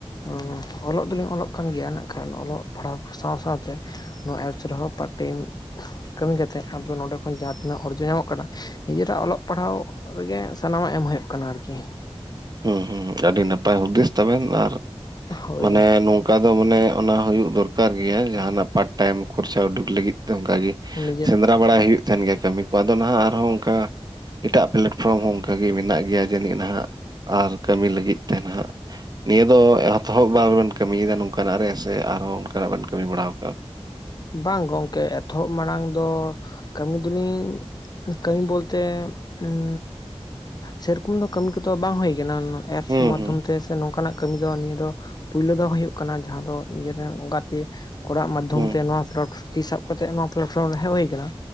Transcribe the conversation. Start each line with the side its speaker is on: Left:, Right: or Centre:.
Left: ᱩᱸᱻ ᱚᱞᱚᱜ ᱫᱚᱞᱤᱧ ᱚᱞᱚᱜ ᱠᱟᱱ ᱜᱮᱭᱟ ᱱᱟᱜ ᱠᱷᱟᱱ᱾ ᱚᱞᱚᱜ ᱯᱟᱲᱦᱟᱣ ᱥᱟᱶ ᱥᱟᱶᱛᱮ ᱱᱚᱣᱟ ᱮᱯᱥ ᱨᱮᱦᱚᱸ ᱯᱟᱨᱴᱟᱭᱤᱢ ᱠᱟᱹᱢᱤ ᱠᱟᱛᱮᱫ ᱟᱫᱚ ᱱᱚᱰᱮ ᱠᱷᱚᱱ ᱡᱟᱦᱟᱸ ᱛᱤᱱᱟᱹᱜ ᱚᱨᱡᱚ ᱧᱟᱢᱚᱜ ᱠᱟᱱᱟ ᱱᱤᱡᱮᱨᱟᱜ ᱚᱞᱚᱜ ᱯᱟᱲᱦᱟᱣ ᱨᱮᱜᱮ ᱥᱟᱱᱟᱢᱟᱜ ᱮᱢ ᱦᱩᱭᱩᱜ ᱠᱟᱱᱟ ᱟᱨᱠᱤ᱾
Right: ᱦᱩᱸ ᱦᱩᱸ ᱟᱹᱰᱤ ᱱᱟᱯᱟᱭ ᱦᱩᱫᱤᱥ ᱛᱟᱵᱮᱱ ᱟᱨ
Left: ᱦᱳᱭ
Right: ᱢᱟᱱᱮ ᱱᱚ ᱚᱱᱠᱟ ᱫᱚ ᱢᱟᱱᱮ ᱚᱱᱟ ᱦᱩᱭᱩᱜ ᱫᱚᱨᱠᱟᱨ ᱜᱮᱭᱟ ᱡᱟᱦᱟᱱᱟᱜ ᱯᱟᱴ ᱴᱟᱭᱤᱢ ᱠᱷᱚᱨᱪᱟ ᱩᱰᱩᱠ ᱞᱟᱹᱜᱤᱫ ᱛᱮ ᱚᱱᱠᱟᱜ ᱜᱮ᱾
Left: ᱚᱱᱮ ᱡᱮ
Right: ᱚᱱᱠᱟ ᱵᱟᱲᱟᱭ ᱦᱩᱭᱩᱜ ᱛᱟᱸᱦᱮᱱ ᱜᱮᱭᱟ ᱠᱟᱹᱢᱤ ᱠᱚ ᱟᱫᱚ ᱱᱟᱦᱟᱜ ᱟᱨᱦᱚᱸ ᱚᱱᱠᱟ ᱮᱴᱟᱜ ᱯᱞᱟᱴᱯᱷᱨᱚᱢ ᱦᱚᱸ ᱚᱝᱠᱟᱜ ᱜᱮ ᱢᱮᱱᱟᱜ ᱜᱮᱭᱟ ᱡᱟᱹᱱᱤᱡ ᱱᱟᱦᱟᱜ᱾ ᱟᱨ ᱠᱟᱹᱢᱤ ᱞᱟᱹᱜᱤᱫ ᱛᱮ ᱱᱟᱦᱟᱜ᱾ ᱱᱤᱭᱟᱹ ᱫᱚ ᱮᱛᱚᱦᱚᱵ ᱵᱟᱨ ᱵᱮᱱ ᱠᱟᱹᱢᱤᱭᱮᱫᱟ ᱱᱚᱝᱠᱟᱱᱟᱜ ᱨᱮ ᱥᱮ ᱟᱨᱦᱚᱸ ᱚᱱᱠᱟᱱᱟᱜ ᱵᱮᱱ ᱠᱟᱹᱢᱤ ᱵᱟᱲᱟᱣ ᱠᱟᱫ᱾
Left: ᱵᱟᱝ ᱜᱚᱝᱠᱮ ᱮᱛᱚᱦᱚᱵ ᱢᱟᱲᱟᱝ ᱫᱚ ᱠᱟᱹᱢᱤ ᱫᱚᱞᱤᱧ ᱠᱟᱹᱢᱤ ᱵᱚᱞᱛᱮ ᱩᱸᱻ ᱥᱮᱨᱚᱠᱚᱢ ᱫᱚ ᱠᱟᱹᱢᱤ ᱠᱚᱫᱚ ᱵᱟᱝ ᱦᱩᱭ ᱠᱟᱱᱟ ᱩᱱᱟᱹᱜ᱾ ᱮᱯᱥ
Right: ᱦᱩᱸ
Left: ᱢᱟᱫᱽᱫᱷᱚᱢ
Right: ᱦᱩᱸ
Left: ᱛᱮ ᱥᱮ ᱱᱚᱝᱠᱟᱱᱟᱜ ᱠᱟᱹᱢᱤ ᱫᱚ ᱱᱤᱭᱟᱹ ᱫᱚ ᱯᱩᱭᱞᱳ ᱫᱚ ᱦᱩᱭᱩᱜ ᱠᱟᱱᱟ ᱡᱟᱦᱟᱸ ᱫᱚ ᱱᱤᱡᱮᱨᱮ ᱜᱟᱛ ᱛᱮ ᱠᱚᱲᱟ ᱟᱜ ᱢᱟᱫᱽᱫᱷᱚᱢ
Right: ᱦᱩᱸ
Left: ᱛᱮ ᱱᱚᱣᱟ ᱯᱷᱚᱨᱚᱴ ᱛᱤ ᱥᱟᱵ ᱠᱟᱛᱮᱜ ᱱᱚᱣᱟ ᱯᱞᱟᱴᱯᱷᱨᱚᱢ ᱨᱮ ᱦᱮᱡ ᱦᱩᱭ ᱠᱟᱱᱟ᱾